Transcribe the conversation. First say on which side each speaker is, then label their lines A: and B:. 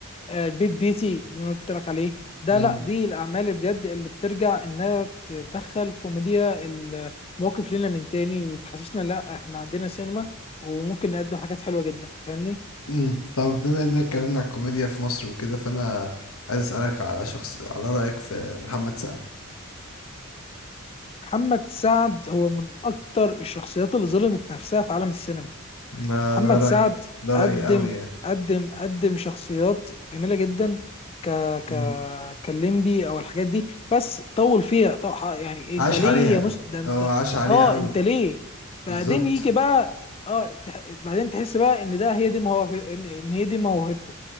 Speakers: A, on the left; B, on the left.
A: آه، البيت بيتي اللي انا قلت لك عليه ده
B: مم.
A: لا دي الاعمال اللي بجد اللي بترجع انها تدخل كوميديا المواقف لنا من تاني وتحسسنا لا احنا عندنا سينما وممكن نقدم حاجات حلوه جدا فاهمني
B: مم. طب بما اننا اتكلمنا على الكوميديا في مصر وكده فانا عايز اسألك على شخص على رأيك في محمد سعد
A: محمد سعد هو من اكتر الشخصيات اللي ظلمت نفسها في عالم السينما
B: ده
A: محمد
B: انا رأيي
A: سعد
B: ده رأيي
A: قدم
B: قوي يعني
A: قدم قدم شخصيات جميله جدا ك ك
B: مم.
A: كليمبي او الحاجات دي بس طول فيها طو... يعني
B: عاش
A: انت ليه
B: عليها
A: يا مست ده انت
B: هو عاش عليها
A: اه
B: قوي
A: انت ليه بعدين
B: بالظبط
A: يجي بقى اه تح... بعدين تحس بقى ان ده هي دي موهب ان إن هي دي موهبته